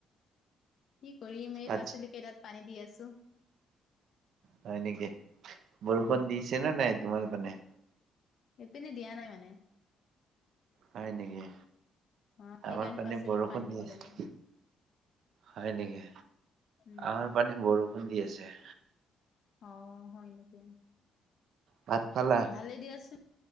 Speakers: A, on the left; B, on the right.
A: কি কৰিম, এই পাচলি
B: আচ্ছা
A: কেইটাত পানী দি আছে। আছো।
B: হয় নেকি বৰষুণ
A: উম
B: দিছে নে নাই। কিমান পে।
A: এইপিনে দিয় নাই মানে।
B: হয় নেকি
A: অ সেইকাৰণে
B: আমাৰ পানী
A: পাচলিত
B: বৰষুণ দি
A: দিবলগীয়া
B: আছে।
A: হ'ল
B: হয় নেকি?
A: উম
B: আমাৰ পানী বৰষুণ দি আছে
A: অ হয় নেকি?
B: ভাত খালা
A: ভালে দিয়াচো।